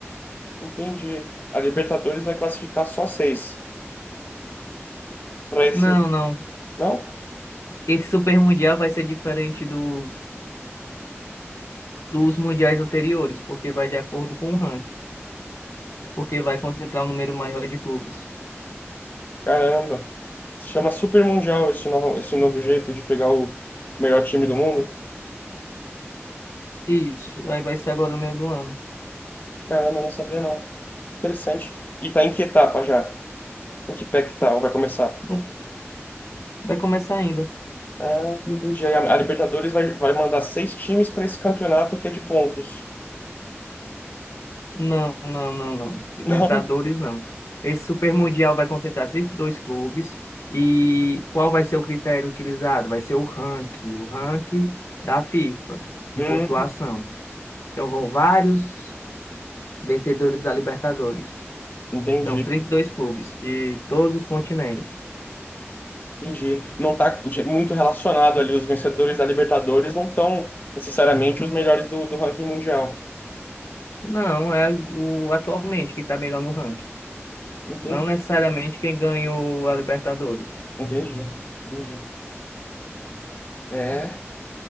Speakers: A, on the left; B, on the left.
A: Entendi. A Libertadores vai classificar só seis para esse.
B: Não, não.
A: Não?
B: Esse Super Mundial vai ser diferente dos dos mundiais anteriores, porque vai de acordo com o ranking, porque vai concentrar um número maior de clubes.
A: Caramba. Se chama Super Mundial esse novo, esse novo jeito de pegar o melhor time do mundo.
B: Isso, aí vai ser agora no meio do ano.
A: Caramba, eu não sabia não. Interessante. E tá em que etapa já? Em que pé que tal? Vai começar?
B: Hum, Vai começar ainda.
A: Ah, entendi. Aí A a Libertadores vai, vai mandar seis times para esse campeonato que é de pontos.
B: Não, não, não, não. Libertadores,
A: <laughs> Não?
B: não. Esse Super Mundial vai concentrar 32 clubes. E qual vai ser o critério utilizado? Vai ser o ranking, o ranking da FIFA, de
A: Hum,
B: pontuação. Então vão vários vencedores da Libertadores.
A: entendi.
B: São 32 clubes de todos os continentes.
A: Entendi. Não tá muito relacionado ali. Os vencedores da Libertadores não estão necessariamente os melhores do, do ranking mundial.
B: Não, é o atualmente que está melhor no ranking.
A: Entendi.
B: Não necessariamente quem ganhou a Libertadores.
A: Entendi. Entendi. É. <laughs>